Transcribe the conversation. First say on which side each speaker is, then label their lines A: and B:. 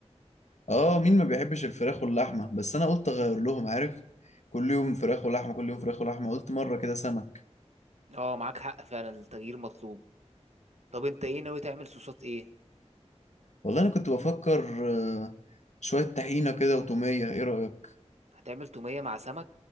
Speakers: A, on the left; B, on the right.
A: اه مين ما بيحبش الفراخ واللحمة بس انا قلت اغير لهم عارف كل يوم فراخ ولحمة كل يوم فراخ ولحمة قلت مرة كده سمك
B: اه معاك حق فعلا التغيير مطلوب طب انت ايه ناوي تعمل صوصات ايه
A: والله انا كنت بفكر آه، شوية طحينة كده وتومية ايه رأيك
B: هتعمل تومية مع سمك